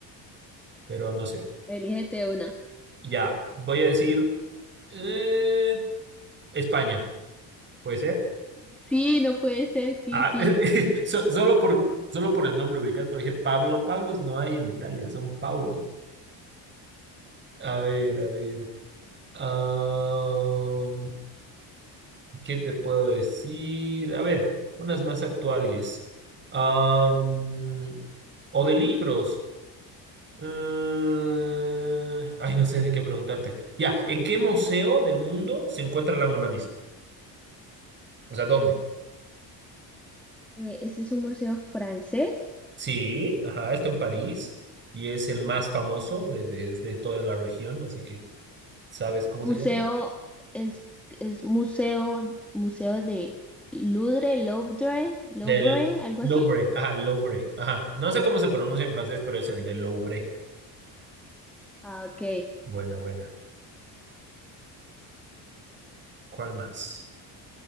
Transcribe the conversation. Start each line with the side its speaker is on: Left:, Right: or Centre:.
Right: pero no sé.
Centre: Elígete una.
Right: Ya, voy a decir eh, España, ¿puede ser?
Centre: Sí, no puede ser, sí,
Right: Ah,
Centre: sí.
Right: <laughs> so- solo por, solo por el nombre ubicas, porque dije Pablo, Pablos no hay en Italia, son Paulos. A ver, a ver. Ah, ¿Qué te puedo decir? A ver, unas más actuales. Am, o de libros. Eh, ay, no sé de qué preguntarte. Ya, ¿en qué museo del mundo se encuentra la Mona Lisa? O sea, ¿dónde?
Centre: Eh, ¿Este es un museo francés?
Right: Sí, ajá, está en París y es el más famoso de, de, de toda la región, así que ¿sabes cómo
Centre: Museo,
Right: se llama?
Centre: es, es museo, museo de Louvre, Louvre, Louvre,
Right: Del
Centre: algo
Right: Louvre,
Centre: así.
Right: ajá, Louvre, ajá. No sé cómo se pronuncia en francés, pero es el del Louvre.
Centre: Ah, ok.
Right: Buena, buena. ¿Cuál más?